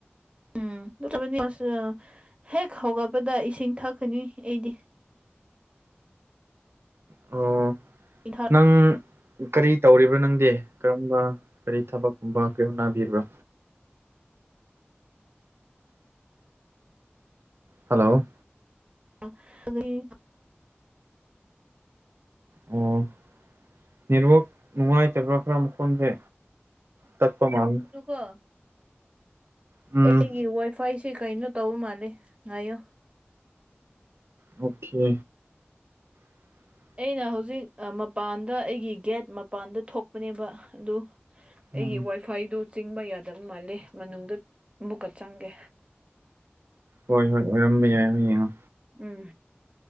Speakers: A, on the right; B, on the right.
A: ꯎꯝ <unintelligible> ꯍꯦꯛ ꯍꯧꯒꯠꯄꯗ ꯏꯁꯤꯡ ꯊꯛꯀꯅꯤ ꯑꯩꯗꯤ
B: ꯑꯣ
A: ꯏꯁꯤꯡ
B: ꯅꯪ ꯀꯔꯤ ꯇꯧꯔꯤꯕ꯭ꯔꯥ ꯅꯪꯗꯤ ꯀꯔꯝꯕ ꯀꯔꯤ ꯊꯕꯛꯀꯨꯝꯕ ꯀꯔꯤ ꯍꯣꯠꯅꯕꯤꯕ꯭ꯔꯥ ꯍꯜꯂꯣ
A: <unintelligible>
B: ꯑꯣ ꯅꯦꯠꯋꯛ ꯅꯨꯡꯉꯥꯏꯇꯕ꯭ꯔꯥ ꯈꯔ ꯃꯈꯣꯟꯁꯦ ꯇꯠꯄ ꯃꯥꯜꯂꯦ
A: ꯉꯥꯏꯌꯣꯀꯣ <unintelligible>
B: ꯎꯝ
A: ꯑꯩꯒꯤ ꯋꯥꯏꯐꯥꯏ ꯁꯦ__ ꯁꯤ ꯀꯩꯅꯣ ꯇꯧꯕ ꯃꯥꯜꯂꯤ ꯉꯥꯏꯌꯣ
B: ꯑꯣꯀꯦ <inaudible>
A: ꯑꯩꯅ ꯍꯧꯖꯤꯛ ꯑ ꯃꯄꯥꯟꯗ ꯑꯩꯒꯤ ꯒꯦꯠ ꯃꯄꯥꯟꯗ ꯊꯣꯛꯄꯅꯦꯕ ꯑꯗꯨ
B: ꯎꯝ
A: ꯑꯩꯒꯤ ꯋꯥꯏꯐꯥꯏꯗꯨ ꯆꯤꯡꯕ ꯌꯥꯗꯕ ꯃꯥꯜꯂꯦ ꯃꯅꯨꯡꯗ ꯑꯃꯨꯛꯀ ꯆꯪꯒꯦ
B: ꯍꯣꯏ ꯍꯣꯏ ꯑꯣꯏꯔꯝꯕ ꯌꯥꯏ ꯍꯣꯏ ꯌꯦꯡꯉꯣ
A: ꯎꯝ